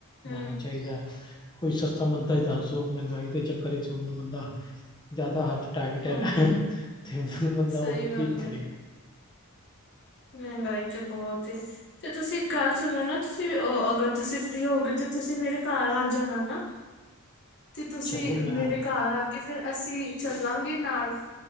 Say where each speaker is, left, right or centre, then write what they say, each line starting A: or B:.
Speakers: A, on the left; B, on the left.
A: ਹੂੰ
B: ਲੈਣਾ ਚਾਹੀਦਾ, ਕੋਈ ਸਸਤਾ ਮੰਦਾ ਹੀ ਦੱਸ ਦੋ, ਮਹਿੰਗਾਈ ਦੇ ਚੱਕਰ ਵਿਚ ਹੁਣ ਬੰਦਾ ਜ਼ਿਆਦਾ ਹੱਥ ਟਾਈਟ
A: ਹੂੰ
B: ਹੈਗਾ, ਤੇ ਬੰਦਾ
A: ਸਹੀ
B: ਹੁਣ
A: ਗੱਲ
B: ਕੀ ਕਰੇ।
A: ਏ ਮਹਿੰਗਾਈ ਤੇ ਬਹੁਤ ਏ, ਤੇ ਤੁਸੀਂ ਗੱਲ ਸੁਣੋ ਨਾ ਤੁਸੀਂ ਅਗਰ ਤੁਸੀਂ ਫ੍ਰੀ ਹੋਗੇ, ਤੇ ਤੁਸੀਂ ਮੇਰੇ ਘਰ ਆ ਜਾਣਾ ਨਾ। ਤੇ ਤੁਸੀਂ
B: ਚਲੋ ਮੈਂ
A: ਮੇਰੇ ਘਰ ਆ ਫਿਰ ਅਸੀਂ ਚੱਲਾਂਗੇ ਨਾਲ,